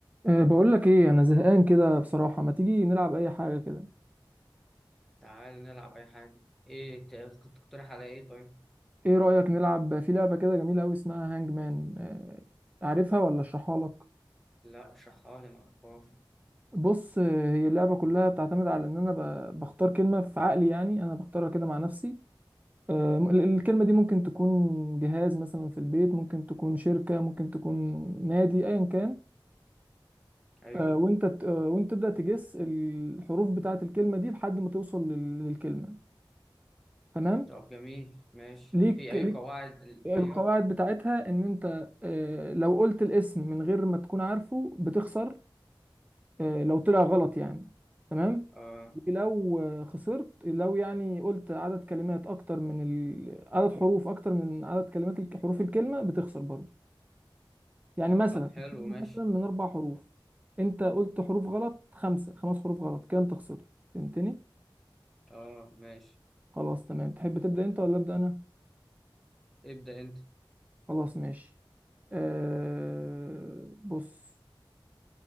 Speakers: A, on the right; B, in the centre.
A: أه بقول لك ايه انا زهقان كده بصراحة ما تيجي نلعب اي حاجة كده
B: تعال نلعب أي حاجة إيه ت- كنت تقترح على إيه طيب؟
A: ايه رأيك نلعب في لعبة كده جميلة قوي اسمها هانج مان أه عارفها ولا اشرحها لك
B: لا اشرحها لي معرفهاش
A: بص أه، هي اللعبة كلها بتعتمد على ان انا ب- بختار كلمة في عقلي يعني انا بختارها كده مع نفسي أه م- ال- الكلمة دي ممكن تكون جهاز مثلا في البيت ممكن تكون شركة ممكن تكون نادي ايا كان
B: أيوه
A: أه وانت بت- أه وانت تبدأ تجس الحروف بتاعة الكلمة دي لحد ما توصل لل- للكلمة تمام
B: طب جميل ماشي
A: ليك
B: في أي
A: ليك
B: قواعد ال-
A: القواعد
B: أيوه
A: بتاعتها ان انت آه، لو قلت الاسم من غير ما تكون عارفه بتخسر آه، لو طلع غلط يعني تمام
B: آه
A: ولو آه، خسرت لو يعني قلت عدد كلمات اكتر من ال... عدد حروف اكتر من عدد كلمات الك- حروف الكلمة بتخسر برضه يعني مثلا
B: طب حلو
A: الكلمة
B: ماشي
A: مثلا من اربع حروف انت قلت حروف غلط خمسة خمس حروف غلط كده انت خسرت فهمتني
B: آه ماشي
A: خلاص تمام تحب تبدأ انت ولا ابدأ انا
B: ابدأ أنت
A: خلاص ماشي أه... بص